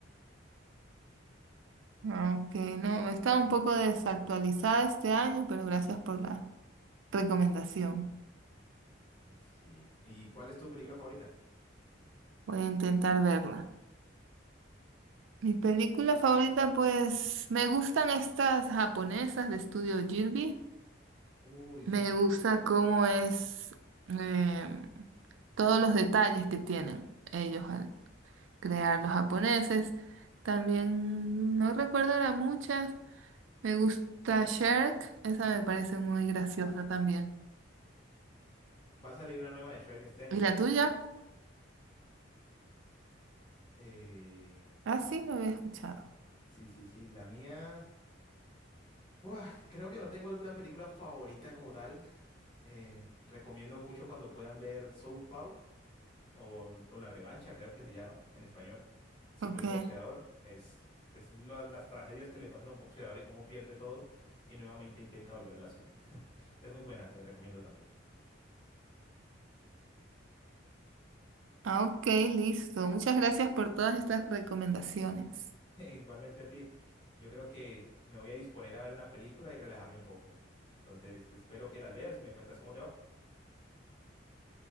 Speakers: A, on the right; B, on the left.
A: Aunque no, estaba un poco desactualizada este año, pero gracias por la recomendación.
B: Sí. ¿Y cuál es tu película favorita?
A: Voy a intentar verla. Mi película favorita, pues, me gustan estas japonesas de estudio Ghibli.
B: Uy,
A: Me
B: sí, sí,
A: gusta
B: sí.
A: cómo es em, todos los detalles que tienen ellos crear los japoneses. También no recuerdo ahora muchas. Me gusta Shrek, esa me parece muy graciosa también.
B: Va a salir una nueva de Shrek este año,
A: ¿Y
B: creo.
A: la tuya?
B: Eh,
A: Ah, sí, no había escuchado.
B: sí, sí, sí, la mía. Buah, creo que no tengo alguna película favorita como tal. Eh, recomiendo mucho cuando puedan ver Southpaw. o, o La Revancha, creo que se llama en español, sobre
A: Ok.
B: un boxeador. Es, es la- las tragedias que le pasan a un boxeador y cómo pierde todo y nuevamente intenta volver a la cima. Es muy buena, te la recomiendo también.
A: Ah, ok, listo. Muchas gracias por todas estas recomendaciones.
B: <laughs> Igualmente a ti, yo creo que me voy a disponer a ver una película y relajarme un poco. Entonces, espero que las veas y me cuentas cómo te va.